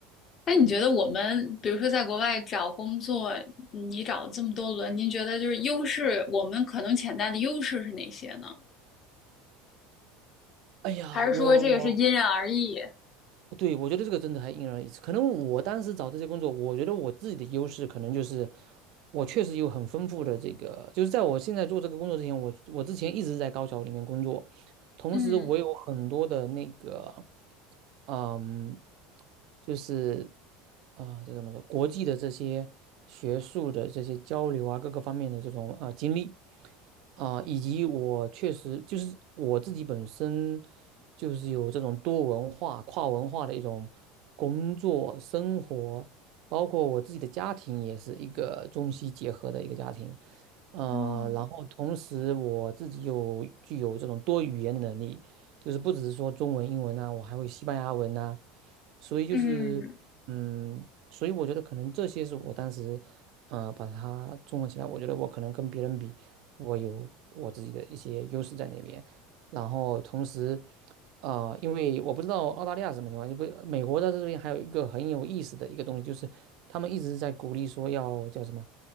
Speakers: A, on the left (about 40°); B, on the right (about 60°).
A: 那你觉得我们，
B: 说，
A: 比如说在国外找工作，嗯你找这么多轮，您觉得就是优势，我们可能潜在的优势是哪些呢？
B: 哎呀，
A: 还是说这个是因人而异？
B: 我对，我觉得这个真的还因人而异。可能我当时找这些工作，我觉得我自己的优势可能就是，我确实有很丰富的这个，就是在我现在做这个工作之前，我我之前一直在高校里面工作，同时我有很多的那个，
A: 嗯，
B: 嗯，就是啊，这、怎么说，国际的这些学术的这些交流啊，各个方面的这种啊、经历。啊、以及我确实就是我自己本身就是有这种多文化、跨文化的一种工作、生活，包括我自己的家庭也是一个中西结合的一个家庭，呃，
A: 嗯
B: 然后同时我自己又具有这种多语言的能力，就是不只是说中文、英文呐、我还会西班牙文呐、所以就是嗯，
A: 嗯
B: 所以我觉得可能这些是我当时呃把它综合起来，我觉得我可能跟别人比。我有我自己的一些优势在那边。然后同时，呃，因为我不知道澳大利亚是什么情况，就不美国在这边还有一个很有意思的一个东西，就是他们一直在鼓励说要叫什么，